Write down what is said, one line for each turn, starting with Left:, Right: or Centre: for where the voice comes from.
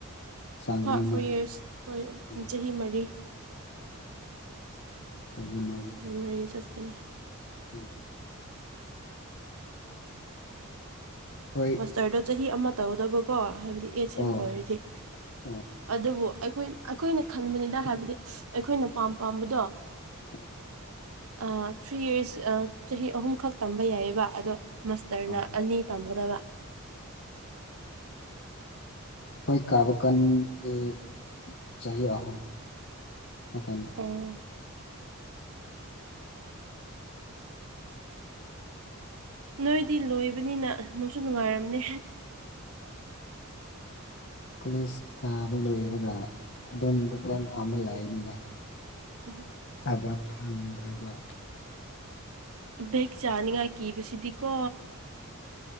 Left: ꯆꯪꯒꯅꯤꯅ
Right: ꯍꯥ ꯐꯣꯔ ꯌꯔꯁ ꯐꯣꯏ
Left: ꯎꯝ,
Right: ꯆꯍꯤ ꯃꯔꯤ
Left: ꯎ
Right: ꯆꯍꯤ ꯃꯔꯤ ꯆꯠꯀꯅꯤ
Left: ꯎꯝ ꯑꯩꯈꯣꯏ
Right: ꯃꯥꯁꯇꯔꯗꯣ ꯆꯍꯤ ꯑꯃ ꯇꯧꯒꯗꯕꯀꯣ ꯍꯥꯏꯕꯗꯤ ꯑꯦꯠꯁ
Left: ꯑꯣ
Right: ꯑꯦꯝ ꯑꯣꯏꯔꯗꯤꯦ
Left: ꯑꯣ
Right: ꯑꯗꯨꯕꯨ ꯑꯩꯈꯣꯏ ꯑꯩꯈꯣꯏꯅ ꯈꯟꯕꯅꯤꯅ ꯍꯥꯏꯕꯗꯤ ꯑꯩꯈꯣꯏꯅ ꯄꯥꯝ ꯄꯥꯝꯕꯗꯣ
Left: ꯑꯥ
Right: ꯑ ꯊ꯭ꯔꯤ ꯌꯔꯁ ꯆꯍꯤ ꯑꯍꯨꯝꯈꯛ ꯇꯝꯕ ꯌꯥꯏꯑꯕ ꯑꯗꯣ ꯃꯥꯁꯇꯔꯅ
Left: ꯑꯣ
Right: ꯑꯅꯤ ꯇꯝꯒꯗꯕ
Left: ꯑꯩꯈꯣꯏ ꯀꯥꯕ ꯀꯟꯗꯤ ꯆꯍꯤ ꯑꯍꯨꯝ ꯀꯇꯅꯤ
Right: ꯎꯝ ꯅꯣꯏꯗꯤ ꯂꯣꯏꯕꯅꯤꯅ ꯅꯅꯨꯡꯁꯨ ꯅꯨꯡꯉꯥꯏꯔꯝꯅꯦ
Left: ꯀꯂꯤꯁ ꯀꯥꯕ ꯂꯣꯏꯔꯒ ꯑꯗꯨꯝ ꯕꯀꯣꯟ ꯐꯥꯝꯕ ꯂꯥꯛꯏꯅꯤꯅ
Right: ꯎ
Left: ꯊꯕꯛ ꯐꯪꯗ꯭ꯔꯕ
Right: ꯕꯦꯛ ꯆꯥꯅꯤꯡꯉꯥꯏ ꯀꯤꯕꯁꯤꯗꯤꯀꯣ